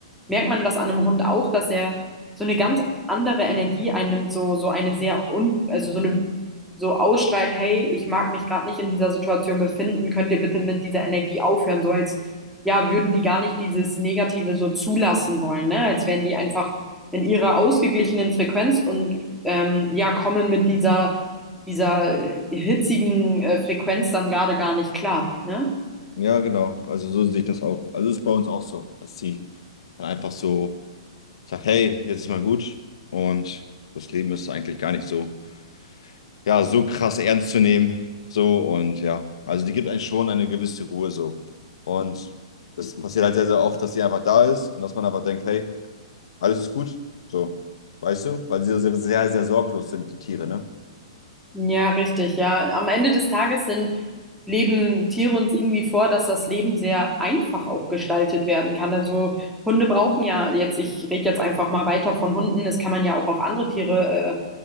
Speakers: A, in the centre; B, on the left.
A: merkt man das an einem Hund auch, dass er so eine ganz andere Energie einnimmt, so, so eine sehr un, also so eine, so ausstrahlt, hey, ich mag mich gerade nicht in dieser Situation befinden, könnt ihr bitte mit dieser Energie aufhören, so als, ja, würden die gar nicht dieses Negative so zulassen wollen, ne? Als wären die einfach in ihrer ausgeglichenen Frequenz und ähm, ja, kommen mit dieser, dieser hitzigen äh, Frequenz dann gerade gar nicht klar, ne?
B: Ja, genau. Also so sehe ich das auch. Also ist bei uns auch so, dass sie dann einfach so sagt, hey, jetzt ist mal gut. Und das Leben ist eigentlich gar nicht so, ja, so krass ernst zu nehmen. So und ja, also die gibt einem schon eine gewisse Ruhe so. Und das passiert halt sehr, sehr oft, dass sie einfach da ist und dass man aber denkt, hey, alles ist gut. So, weißt du? Weil sie sehr, sehr, sehr sorglos sind, die Tiere, ne?
A: Ja, richtig, ja. Am Ende des Tages sind, leben Tiere uns irgendwie vor, dass das Leben sehr einfach auch gestaltet werden kann. Also Hunde brauchen ja jetzt, ich rede jetzt einfach mal weiter von Hunden, das kann man ja auch auf andere Tiere